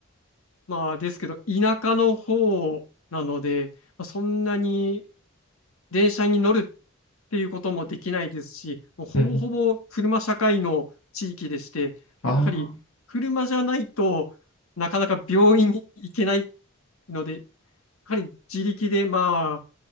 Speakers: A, on the left; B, on the left.
A: まあ、ですけど、田舎の方なので、まあ、そんなに電車に乗るっていうこともできないですし、もうほぼほぼ車社会の地域でして、
B: うんうん。ああ。
A: やはり車じゃないとなかなか病院に行けないので、やはり自力でまあ